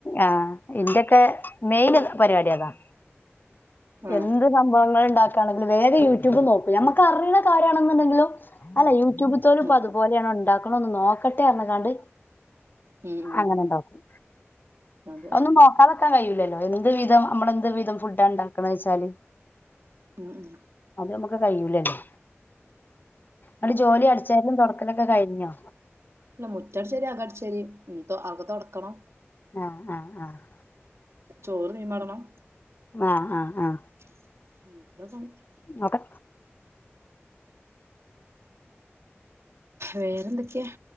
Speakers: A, on the left; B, on the right.
A: ആഹ് ഇന്റെയൊക്കെ മെയിന് പരിപാടി അതാ
B: ആഹ്
A: എന്ത് സംഭവങ്ങൾ <unintelligible> വേഗ യൂട്യൂബ് നോക്കും നമുക്ക് അറിണ കാര്യാണ്ന്നുണ്ടെങ്കിലും അല്ല യൂ റ്റൂബ്തേലുംപ്പൊ
B: നോക്കും
A: അതുപോലെയാണോ ഉണ്ടാക്ണോന്ന് നോക്കട്ടെ അർഞ്ക്കാണ്ട്
B: ഉം ഉം
A: അങ്ങനെണ്ടോകും
B: അതെ
A: ഒന്നും നോക്കാതെ ക്കാൻ കയ്യുലേല്ലോ എന്ത് വിധം നമ്മളെന്ത് വിധം ഫുഡാണ് ണ്ടാക്ണേച്ചാല്
B: ഉം ഉം
A: അത് നമുക്ക് കഴൂലല്ലേ അടെ ജോലി അടിച്ചാരലും തുടക്കലൊക്കെ കഴിഞ്ഞോ
B: ഇല്ല മുറ്റാടിച്ചേരി അകടിച്ചേരി ഇനി ആക തുടക്കണോ
A: ആഹ ആഹ് ആഹ്
B: ചോറ് തീമാടണം
A: ആഹ ആഹ് ആഹ
B: <unintelligible>
A: ഒക്കെ
B: വേറെന്തൊക്കെയാ